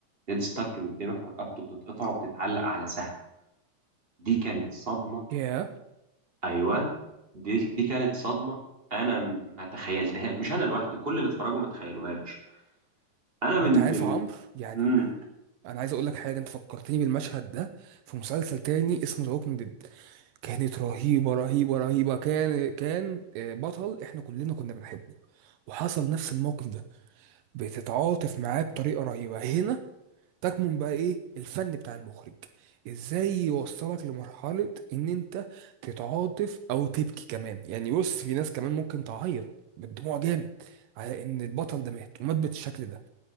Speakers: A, on the right (about 15°); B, on the right (about 80°).
A: نيد ستارك بيتذبح ورقبته بتتقطع وبتتعلق على سهم دي كانت صدمة
B: ياه
A: ايوه دي دي كانت صدمة انا م- ما تخيلتها مش انا لوحدي كل اللي اتفرجوا ما تخيلوهاش انا من
B: انت عارف
A: من
B: يا عمرو يعني
A: مم.
B: انا عايز اقول لك حاجه انت فكرتني بالمشهد ده في مسلسل تاني اسمه ذا ووكينج ديد كانت رهيبه رهيبه رهيبه كان كان آه، بطل احنا كلنا كنا بنحبه وحصل نفس الموقف ده بتتعاطف معاه بطريقه رهيبه هنا تكمن بقى ايه الفن بتاع المخرج ازاي يوصلك لمرحله ان انت تتعاطف او تبكي كمان يعني بص في ناس كمان ممكن تعيط بالدموع جامد على ان البطل ده مات ومات بالشكل ده